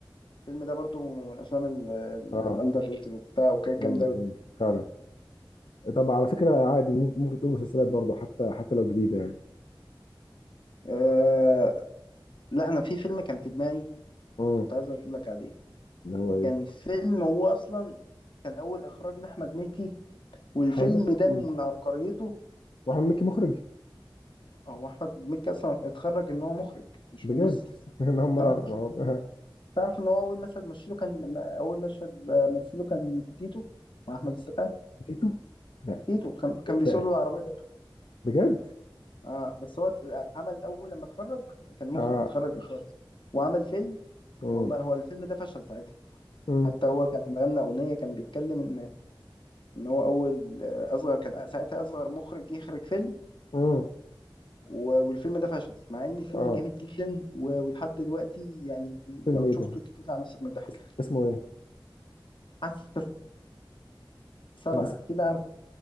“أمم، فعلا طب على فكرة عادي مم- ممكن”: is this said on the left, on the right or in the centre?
Left